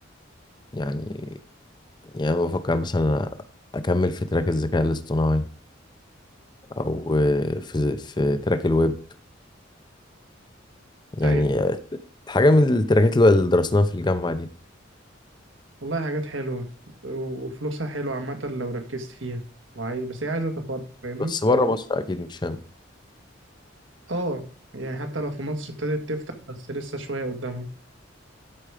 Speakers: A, on the left; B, on the right.
A: يعني يعني بفكر مثلا اكمل في تراك الذكاء الاصطناعي او آه، في في تراك الويب يعني
B: ايوه
A: آه، حاجة من التراكات اللي درسناها في الجامعة دي
B: والله حاجات حلوة و- وفلوسها حلوة عامة لو ركزت فيها وعايز بس هي عايزة تفرغ فاهمني؟
A: بس بره مصر اكيد مش هنا
B: اه يعني حتى لو في مصر ابتدت تفتح بس لسه شوية قدامها